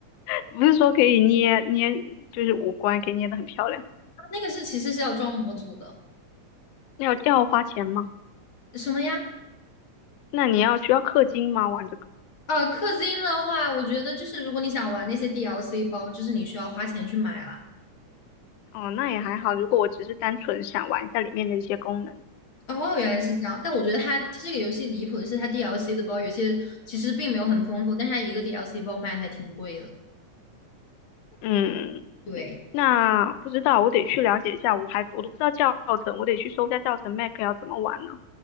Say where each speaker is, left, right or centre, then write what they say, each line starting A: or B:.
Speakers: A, on the left; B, on the left.
A: 不是说可以捏捏，就是五官给捏的很漂亮，
B: 那个是其实是要装模组的。
A: 要要花钱吗？
B: 什么呀？
A: 那你要需要氪金吗？玩这个？
B: 呃，氪金的话，我觉得就是如果你想玩那些 DLC 包，就是你需要花钱去买了。
A: 哦，那也还好。如果我只是单纯想玩一下里面的一些功能，
B: 哦，原来是这样。但我觉得它它这个游戏离谱的是，它 DLC 的包有些其实并没有很丰富，但是它一个 DLC 包卖的还挺贵的。
A: 嗯，
B: 对，
A: 那不知道，我得去了解一下。我还我都不知道教程，我得去搜一下教程 Mac 要怎么玩呢？